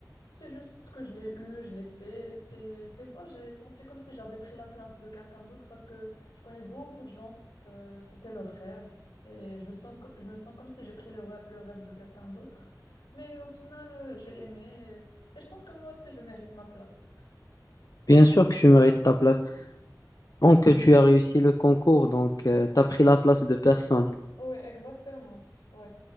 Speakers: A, on the left; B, on the left.
A: c'est juste que je l'ai eu, je l'ai fait. Et des fois, j'ai senti comme si j'avais pris la place de quelqu'un d'autre parce que je connais beaucoup de gens, euh, c'était leur rêve. Et je sens, co- je me sens comme si j'ai pris le, re- le rêve de quelqu'un d'autre. Mais au final, euh, j'ai aimé. Et, et je pense que moi aussi, je mérite ma place.
B: Bien sûr que tu mérites ta place. Donc tu as réussi le concours, donc tu as pris la place de personne.
A: Oui, exactement. Ouais.